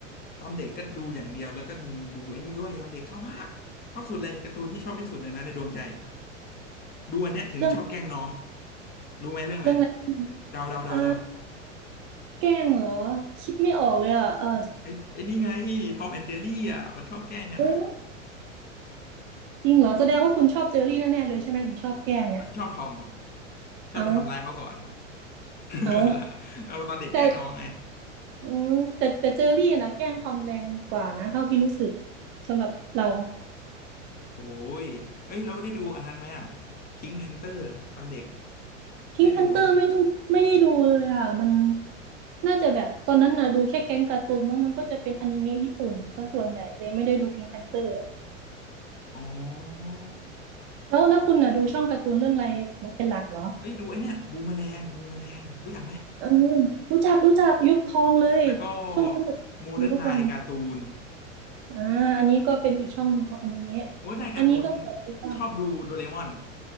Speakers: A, on the left (about 25°); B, on the right (about 35°).
A: ตอนเด็กก็ดูอย่างเดียวแล้วก็มีดูไอ้นี่ด้วยตอนเด็กชอบมากชอบสุดเลยการ์ตูนที่ชอบที่สุดเลยนะในดวงใจดูอันเนี้ยถึงชอบแกล้งน้อง
B: เรื่อง
A: รู้ไหมเรื่องอะไร
B: เรื่องอะไร
A: เดาเดาเดาเดา
B: อ่าแกล้งเหรอคิดไม่ออกเลยอ่ะเออ
A: ไอ้ไอ้นี่ไงทอมแอนเจลี่อ่ะมันชอบแกล้งกันอ่ะ
B: เอ๊ะจริงเหรอแสดงว่าคุณชอบเจอรี่แน่ๆเลยใช่ไหมถึงชอบแกล้งเนี่ย
A: มันชอบทอมชอบไปทำร้ายเขาก่อน
B: เอาเอา
A: <laughs> เอาตอนเด็กแกล้งน้องไง
B: แต่อืมแต่แต่เจอรี่นะแกล้งทอมแรงกว่านะเท่าที่รู้สึกสำหรับเรา
A: โอ้ยเอ้ยเราได้ดูอันนั้นไหมอ่ะพิงค์แพนเตอร์ตอนเด็ก
B: พิงค์แพนเตอร์ไม่ไม่ได้ดูเลยอ่ะมัน
A: ได้ดูไหม
B: น่าจะแบบตอนนั้นนะดูแค่แก๊งการ์ตูนมั้งมันก็จะเป็นอนิเมะญี่ปุ่นซะส่วนใหญ่เลยไม่ได้ดูพิงค์แพนเตอร์
A: อ๋อ
B: แล้วแล้วคุณน่ะดูช่องการ์ตูนเรื่องอะไรเป็นหลักเหรอ
A: เอ้ยดูไอ้เนี่ยบูมแมลงบูมแมลงรู้จักไหม
B: เออรู้จักรู้จักยุคทองเลย
A: แล้วก็
B: ช่วงนั้นแบบดูทุกวัน
A: โมเดิร์นไนน์การ์ตูน
B: อ่าอันนี้ก็เป็นอีกช่องหนึ่งของอนิเมะ
A: โมเดิร์นไนน์การ์ตูน
B: อันนี้ก็แบบดูบ้าง
A: ชอบดูโดเรมอน